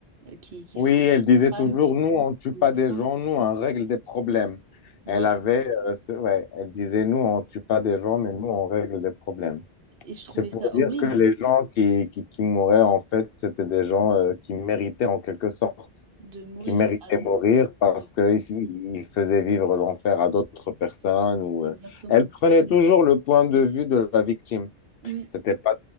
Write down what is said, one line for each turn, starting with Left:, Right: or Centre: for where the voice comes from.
Right: qui, qui
Left: Oui,
Right: frappait
Left: elle
Right: sa
Left: disait
Right: femme,
Left: toujours, nous, on ne tue
Right: son
Left: pas
Right: enfant.
Left: des gens, nous, on règle des problèmes.
Right: Voilà.
Left: Elle avait, euh, ce- ouais, elle disait, nous, on ne tue pas des gens, mais nous, on règle des problèmes.
Right: Et je trouvais
Left: C'est pour
Right: ça
Left: dire
Right: horrible.
Left: que les gens qui, qui, qui mouraient, en fait, c'était des gens euh, qui méritaient en quelque sorte,
Right: de mourir.
Left: qui méritaient
Right: Euh,
Left: mourir parce
Right: ouais,
Left: qu'ils ils faisaient vivre l'enfer à d'autres personnes. Ou,
Right: exactement.
Left: euh, Elle prenait toujours le point de vue de la victime.
Right: Oui,
Left: C'était pas